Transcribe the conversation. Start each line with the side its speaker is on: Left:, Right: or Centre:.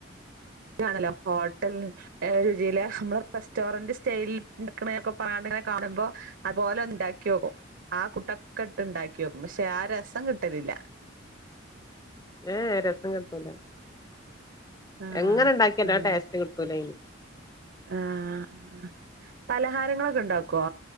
Right: താണല്ലോ ഹോട്ടൽ ഏഹ് രുചീല് അമ്മള് റെസ്റ്റോറന്റ് സ്റ്റൈലിൽ ഇണ്ടാക്ക്ണേക്കെ പർഞ്ഞാണ്ട്ങ്ങനെ കാണുമ്പോ അയ്പോലൊന്ന് ണ്ടാക്കിയോക്കും ആഹ് കൂട്ടൊക്കെ ഇട്ട്ണ്ടാക്കിയോക്കും പക്ഷെ ആ രസം കിട്ടലില്ല.
Left: ഏഹ് രസം കിട്ടൂലാ.
Right: ആഹ്
Left: എങ്ങനെണ്ടാക്കിയാലും
Right: ആഹ്
Left: ആ ടേസ്റ്റ് കിട്ടൂലയ്ന്.
Right: ആഹ്. പലഹാരങ്ങളൊക്കെണ്ടാക്കോ